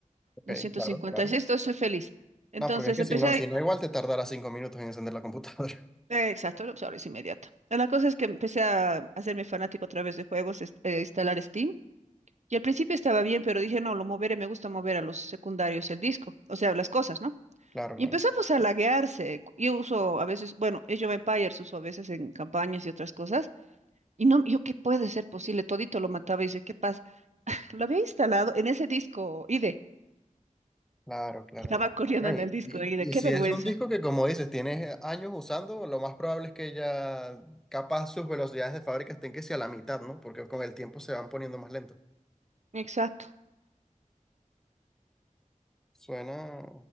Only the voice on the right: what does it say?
256,
entonces soy feliz. Entonces
empecé
a,
Exacto, el usuario es inmediato. La cosa es que empecé a hacerme fanático a través de juegos, es- eh, instalar Steam. Y al principio estaba bien, pero dije, no, lo moveré, me gusta mover a los secundarios el disco, o sea, las cosas, ¿no?
Y
empezó pues a laguearse. cu- Yo uso a veces, bueno, Age of Empires uso a veces en campañas y otras cosas. Y no, yo, ¿qué puede ser posible? Todito lo mataba y dice, ¿qué pasa? Lo había instalado en ese disco ID.
Estaba corriendo
en
el disco
ID,
qué
vergüenza.
Exacto.